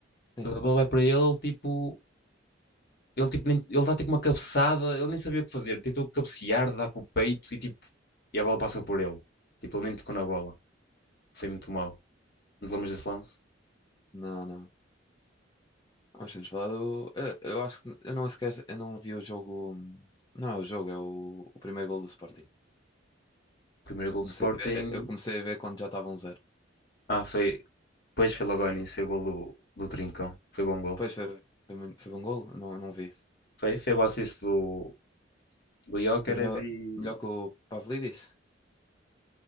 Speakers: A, on the left; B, on the left.
A: sim.
B: A bola vai para ele, ele tipo Ele, tipo, nem- ele dá tipo uma cabeçada, ele nem sabia o que fazer. Tentou cabecear, dar com o peito e tipo. E a bola passa por ele. Tipo, ele nem tocou na bola. Foi muito mau. Não te lembras desse lance?
A: Não, não. Nós temos falado. Eu, eu acho que eu não esquece, eu não vi o jogo. Não é o jogo, é o, o primeiro gol do Sporting.
B: Primeiro gol
A: Eu
B: do
A: comecei,
B: Sporting.
A: a ver- eh, eu comecei a ver quando já estava 1-0.
B: Ah, foi. Depois foi logo ao início, foi gol do, do Trincão. Foi bom gol.
A: Pois foi, foi, muito- foi bom gol? Eu Não, eu não vi.
B: Foi, foi o assist do, do Gyökeres
A: Foi melhor,
B: e.
A: melhor que o Pavlidis.